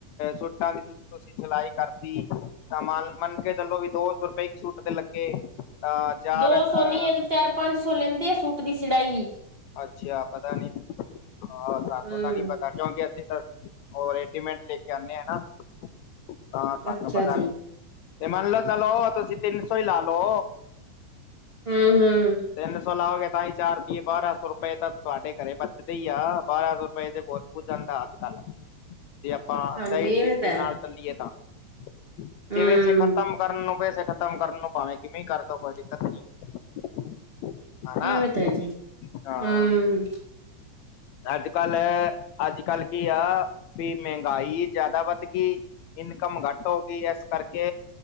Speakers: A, on the left (about 75°); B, on the right (about 25°).
A: ਛੋਟਾ <unintelligible> ਤੁਸੀਂ ਸਲਾਈ ਕਰਦੀ ਤਾਂ, ਮਨ-ਮੰਨ ਕੇ, ਚਲੋ, ਵੀ ਦੋ-ਸੌ ਰੁਪਏ ਇੱਕ ਸੂਟ ਦੇ ਲੱਗੇ ਤਾਂ ਚਾਰ
B: ਦੋ-ਸੋ
A: ਅ
B: ਨੀ, ਏ, ਤੇ, ਚਾਰ-ਪੰਜ ਸੌ ਲੀਂਦੇ ਆ, ਸੂਟ ਦੀ ਸੀੜਾਈ
A: ਅੱਛਾ, ਪਤਾ ਨੀ, ਹਾਂ। ਸਾਨੂੰ
B: ਹੂੰ,
A: ਤਾਂ, ਨੀ ਪਤਾ ਕਿਓਂਕੀ ਅਸੀਂ ਉਹ, ਰੇਡੀਮੇਡ ਲੇਕੇ ਆਂਦੇ ਆ ਨਾ, ਤਾਂ, ਸਾਨੂੰ
B: ਅੱਛਾ
A: ਪਤਾ
B: ਜੀ।
A: ਨੀ। ਤੇ, ਮੰਨਲ ਚਲੋ, ਤੁਸੀਂ ਤਿੰਨ-ਸੋ, ਈ ਲਾ, ਲੋ।
B: ਹੂੰ, ਹੂੰ।
A: ਤਿੰਨ-ਸੌ ਲਾਓਗੇ, ਤਾਂ ਹੀ ਚਾਰ ਤੀਏ, ਬਾਰਾ-ਸੌ ਰੁਪਏ, ਤਾ ਤੁਹਾਡੇ ਘਰੇ ਬਚਦੇ ਹੀ ਆ। ਬਾਰਾਂ- ਸੌ ਰੁਪਏ ਤੇ, ਬਹੁ ਹੋ ਜਾਂਦਾ, ਅੱਜ-ਕੱਲ। ਆਪਾ
B: ਹਾਂਜੀ
A: ਸਹੀ ਤਰੀਕੇ
B: ਇਵੇਂ ਤਾਂ ਹੈ।
A: ਨਾਲ ਚੱਲੀਏ ਤਾ, ਜਿਵੇਂ
B: ਹੂੰ,
A: ਖ਼ਤਮ ਕਰਨ ਨੂੰ, ਪੇਸੇ ਖ਼ਤਮ ਕਰਨ ਨੂੰ, ਭਾਵੇਂ ਕਿਵੇਂ ਕਰਦੋ, ਕੋਈ ਦਿੱਕਤ ਨਹੀਂ। ਹਨਾ,
B: ਇਵੇਂ ਤਾਂ ਹੈ ਜੀ।
A: ਹਾਂ।
B: ਹੂੰ,
A: ਅੱਜ-ਕੱਲ, ਅੱਜ-ਕੱਲ ਕੀ ਆ, ਵੀ ਮੇਂ ਮਹਿੰਗਾਈ ਜ਼ਿਆਦਾ ਵੱਧ ਗਈ। ਇਨਕਮ ਘਟ ਹੋ ਗਈ, ਇਸ ਕਰਕੇ